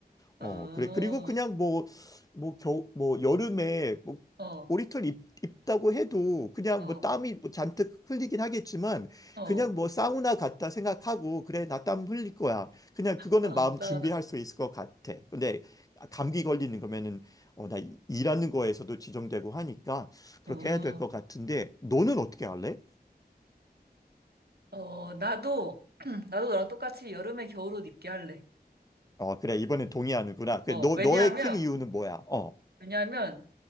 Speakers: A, on the right; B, on the left.
A: 아,
B: 어, 그래. 그리고 그냥 뭐, 뭐, 겨, 뭐, 여름에, 뭐,
A: 아, 어,
B: 오리털 입, 입다고 해도 그냥
A: 어,
B: 뭐 땀이 뭐 잔뜩 흘리긴 하겠지만
A: 어.
B: 그냥 뭐 사우나 갔다 생각하고 그래, 나 땀 흘릴 거야. 그냥 그거는
A: 아,
B: 마음
A: 사우나.
B: 준비할 수 있을 것 같아. 근데 감기 걸리는 거면은 어, 나 이- 일하는 거에서도 지정되고 하니까 그렇게
A: 어,
B: 해야 될 것 같은데 너는 어떻게 할래?
A: 어, 나도, <clears throat> 나도 너랑 똑같이 여름에 겨울옷 입게 할래.
B: 어, 그래. 이번엔 동의하는구나. 그래,
A: 어,
B: 너,
A: 왜냐하면,
B: 너의 큰 이유는 뭐야? 어,
A: 왜냐하면,